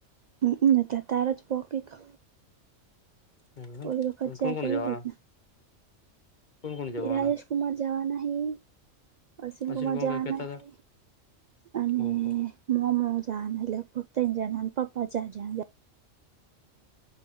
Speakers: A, on the right (about 80°); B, on the left (about 40°).
A: હમ ત તાર જ <unintelligible>
B: હ
A: ઓલી વખત
B: હ
A: જ્યાં
B: કોણ કોણ
A: તા
B: જવાના
A: એવી રીતના
B: કોણ કોણ જવાના
A: એ રાજેશ કુમાર જવાના હે અશ્વિનકુમાર
B: અશિલ કોણ
A: જવાના
B: કઈ કેતા હતા
A: હે અને
B: ઓહો
A: મોમો જવાના <unintelligible> જાના પપ્પા ચાર જાણ જા